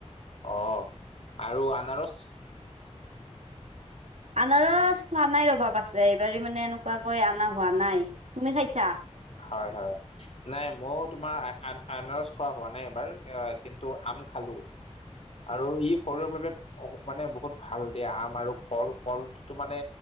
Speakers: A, on the left; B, on the right.
A: অ, আৰু আনাৰস?
B: আনাৰস খোৱা নাই ৰবা আছে, এইবাৰি মানে এনেকোৱা কৈ আনাৰস আনা হোৱা নাই, তুমি খাইছা?
A: হয়, হয়। নাই ময়ো তোমাৰ আনাৰস খোৱা হোৱা নাই, এইবাৰ কিন্তু আম খালো। আৰু ই শৰীৰৰ বাবে মানে বহুত ভাল দিয়া। আম আৰু কল-কলটোতো মানে,